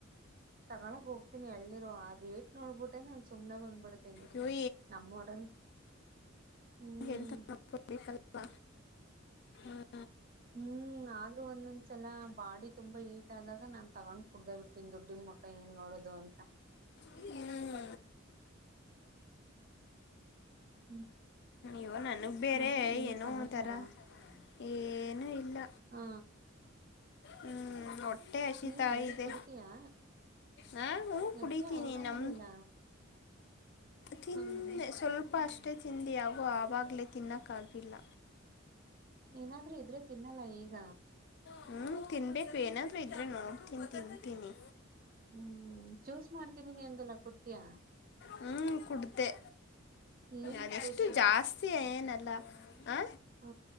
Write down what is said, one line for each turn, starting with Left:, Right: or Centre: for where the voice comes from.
Right: ತಗಳಕ್ ಹೋಗ್ತೀನಿ ಎಳ್ನಿರು ಆ ರೇಟ್ ನೋಡ್ಬಿಟ್ಟೆನೆ ಸುಮ್ನೆ ಬಂದ್ಬಿಡ್ತೇನಿ
Left: ಇವು
Right: ನಮ್ಮೂರಲ್ಲಿ ಹ್ಮ್
Left: <unintelligible> ಹ್ಮ್.
Right: ಹ್ಮ್ ಆದ್ರೂ ಒಂದೊಂದ್ಸಲ ಬಾಡಿ ತುಂಬಾ ಹೀಟ್ ಆದಾಗ ನಾನ್ ತಗೊಂಡ್ ಕುೂಡ್ದ ಬಿಡ್ತೀನ್ ದುಡ್ಡನ್ ಮಕ್ಕ ಏನ್ ನೋಡೋದು ಅಂತ.
Left: ಹ್ಮ್
Right: ಹ್ಮ್
Left: ಇವ ನನ್ಗ್ ಬೇರೆ
Right: ಮತ್ತೆ ಏನ್
Left: ಏನೋ
Right: ಸಮಾಚಾರ
Left: ತರ ಏನುೂ ಇಲ್ಲ
Right: ಹಾ
Left: ಹ್ಮ್ ಹೊಟ್ಟೆ ಹಸ
Right: ನೀನ್
Left: ತಾಯ
Right: ಎಳ್ನೀರ್
Left: ಇದೆ
Right: ಕುಡಿತೀಯಾ
Left: ಹಾ ಹ
Right: ಯಾಕೆ
Left: ಕುಡಿತೀನಿ
Right: ಊಟ
Left: ನಮ
Right: ಮಾಡ್ಲಿಲ್ಲ
Left: ತಿನ್ನ
Right: ಹ್ಮ
Left: ಸ್ವಲ್ಪ ಅಷ್ಟ. ಚಿಂಧಿ ಆವು. ಆವಾಗ್ಲೇ ತಿನ್ನಕ್ಕಾಗಿಲ್ಲ.
Right: ಏನಾದ್ರೂ ಇದ್ರೆ ತಿನ್ನಲ್ಲ ಈಗ.
Left: ಹ್ಮ್ ತಿನ್ಬೇಕು ಏನಾದ್ರೂ ಇದ್ರೆ ನೋಡ್ತೀನಿ ತಿಂತೀನಿ
Right: ಹ್ಮ್ ಚೂಸ್ ಮಾಡ್ತನನಿ ಎಂದಲ್ಲ ಕುಡ್ತೀಯಾ
Left: ಹ್ಞೂ ಕುಡ್ದೆ
Right: ಏನ್
Left: ಅದೆಷ್ಟು
Right: ಪ್ರಶ
Left: ಜಾಸ್ತಿ ಏನಲ್ಲ ಹಾ
Right: ಹ